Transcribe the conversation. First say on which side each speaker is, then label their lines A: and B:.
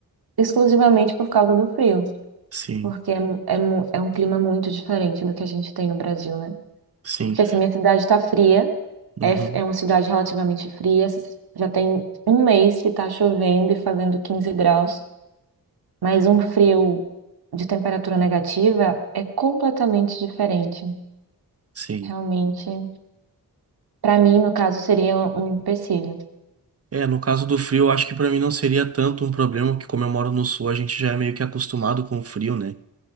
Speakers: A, on the right; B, on the right.
A: exclusivamente por causa do frio,
B: sim,
A: porque é, é, mu- é um clima muito diferente do que a gente tem no Brasil, né?
B: sim,
A: Porque assim, minha cidade está fria,
B: uhum,
A: é, f- é uma cidade relativamente fria, s- já tem um mês que está chovendo e fazendo 15 graus, mas um frio de temperatura negativa é completamente diferente.
B: sim.
A: Realmente, para mim, no caso, seria um empecilho.
B: É, no caso do frio, eu acho que para mim não seria tanto um problema, porque como eu moro no sul, a gente já é meio que acostumado com o frio, né?